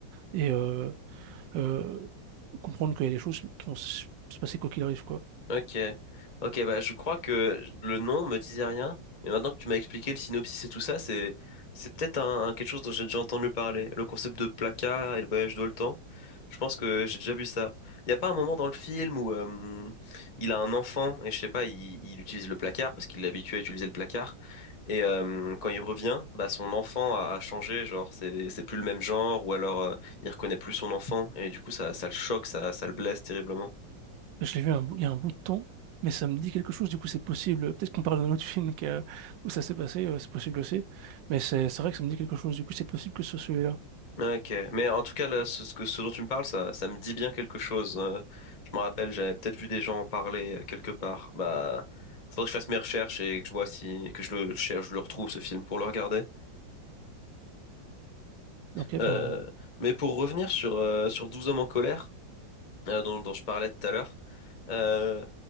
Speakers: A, on the right; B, on the left.
A: et euh, euh, comprendre qu'il y a des choses qui vont se se passer quoi qu'il arrive quoi
B: Ok. Ok, bah je crois que le nom me disait rien. Et maintenant que tu m'as expliqué le synopsis et tout ça, c'est c'est peut-être un, un- quelque chose dont j'ai déjà entendu parler. Le concept de placard et le voyage dans le temps. Je pense que j'ai déjà vu ça. Il n'y a pas un moment dans le film où euh, il a un enfant et je sais pas, il, il utilise le placard parce qu'il l'habitue à utiliser le placard. Et euh, quand il revient, bah son enfant a, a changé, genre c'est c'est plus le même genre ou alors euh, il reconnaît plus son enfant et du coup ça ça le choque, ça ça le blesse terriblement.
A: Je l'ai vu un bout- il y a un bout de temps, mais ça me dit quelque chose, du coup c'est possible. Peut-être qu'on parle d'un autre <laughs> film qui a- où ça s'est passé, euh, c'est possible aussi. Mais c'est c'est vrai que ça me dit quelque chose, du coup c'est possible que ce soit celui-là.
B: Ah, Ok, mais en tout cas, là, ce, ce que, ce dont tu me parles, ça, ça me dit bien quelque chose. Euh, je me rappelle, j'avais peut-être vu des gens en parler euh, quelque part. Bah, faudrait que je fasse mes recherches et que je vois si, que je le cherche, je le retrouve ce film pour le regarder.
A: Ok,
B: Euh,
A: bon.
B: mais pour revenir sur, euh, sur douze hommes en colère, euh, dont, dont je parlais tout à l'heure, euh,